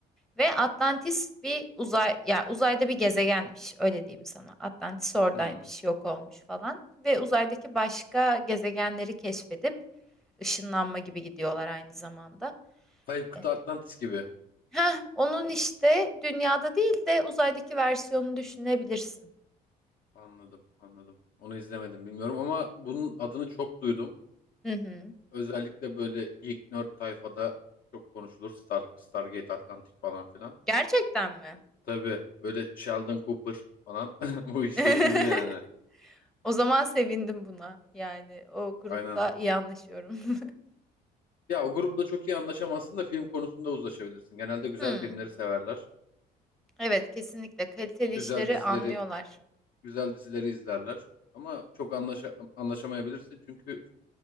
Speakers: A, in the centre; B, on the left.
A: Ve Atlantis bir uzay ya uzayda bir gezegenmiş öyle diyeyim sana. Atlantis oradaymış,
B: Hmm.
A: yok olmuş falan ve uzaydaki başka gezegenleri keşfedip ışınlanma gibi gidiyorlar aynı zamanda.
B: Kayıp Kıta
A: E,
B: Atlantis gibi.
A: Heh, onun işte dünyada değil de uzaydaki versiyonunu düşünebilirsin.
B: Anladım, anladım. Onu izlemedim bilmiyorum ama bunun adını çok duydum.
A: Hı hı.
B: Özellikle böyle geek nerd tayfada çok konuşulur. Star, Stargate Atlantic falan filan.
A: Gerçekten mi?
B: Tabii böyle Sheldon Cooper falan <laughs> bu işleri
A: <laughs>
B: bilir yani.
A: O zaman sevindim buna. Yani o grupla
B: Aynen.
A: iyi anlaşıyorum. <laughs>
B: Ya o grupla çok iyi anlaşamazsın da film konusunda uzlaşabilirsin. Genelde güzel
A: Hmm.
B: filmleri severler.
A: Evet, kesinlikle kaliteli
B: Güzel
A: işleri
B: dizileri,
A: anlıyorlar.
B: güzel dizileri izlerler. Ama çok anlaşa anlaşamayabilirsin çünkü